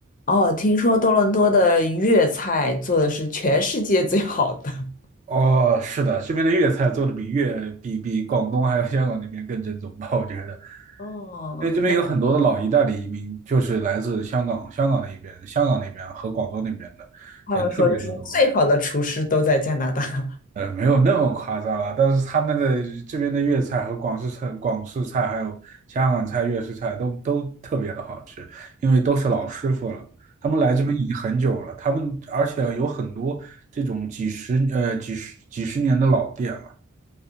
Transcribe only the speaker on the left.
哦，听说多伦多的粤菜做的是全世界最好的。<laughs>
哦，
那
他们说就是最好的厨师都在加拿大。